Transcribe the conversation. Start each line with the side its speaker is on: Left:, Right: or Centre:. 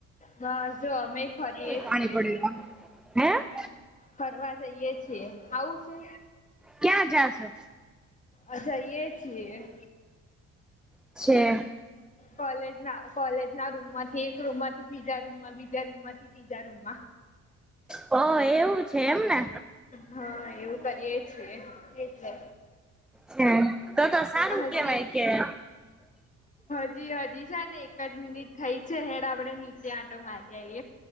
Left: બસ જો અમે ફરીએ
Centre: પાણી
Left: છીએ
Centre: પડ્યું લાવને હે
Left: ફરવા જઈએ છીએ, આઉ છે?
Centre: ક્યા જાશો?
Left: અ જઈએ છીએ.
Centre: છે.
Left: કોલેજ ના કોલેજ ના રૂમ માંથી એક રૂમ માંથી બીજા રૂમમાં બીજા રૂમ માંથી તીજા રૂમાં
Centre: હ એવું છે એમને.
Left: હ એવું કરી એ છીએ એટલે
Centre: છે તો તો સારું
Left: હજી
Centre: કેવાય કે
Left: હજી હજી છે ને એક જ મિનિટ થઈ છે હેડ આપડે નીચે આંટો મારી આઈએ